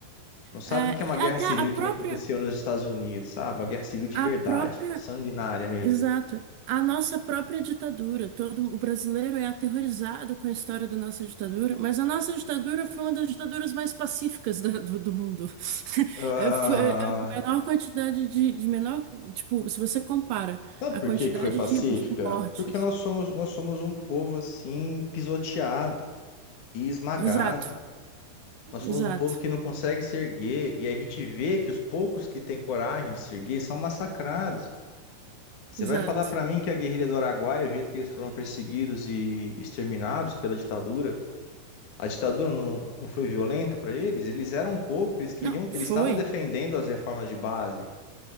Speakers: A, on the left (about 50°); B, on the right (about 75°).
A: Não sabe
B: É,
A: o que que é uma
B: e
A: guerra
B: até
A: civil
B: a
A: que
B: própria,
A: nem aconteceu nos Estados Unidos, sabe? Uma guerra civil de
B: a
A: verdade,
B: própria,
A: sanguinária mesmo.
B: exato, a nossa própria ditadura. Todo o brasileiro é aterrorizado com a história da nossa ditadura, mas a nossa ditadura foi uma das ditaduras mais pacíficas da- do, do mundo. <laughs>
A: Ah,
B: É, Foi é, é a menor quantidade de, de menor, tipo, se você compara
A: Sabe
B: a
A: por
B: quantidade
A: que que foi pacífica?
B: de, de mortes.
A: Porque nós somos, nós somos um povo assim pisoteado e esmagado.
B: Exato,
A: Nós
B: exato,
A: somos um povo que não consegue se erguer e a gente vê que os poucos que têm coragem de se erguer são massacrados. Você
B: exato.
A: vai falar pra mim que a guerrilha do Araguaia, o jeito que eles foram perseguidos e exterminados pela ditadura, a ditadura não, não foi violenta pra eles? Eles eram um povo que eles queriam,
B: Não, foi.
A: eles estavam defendendo as reformas de base.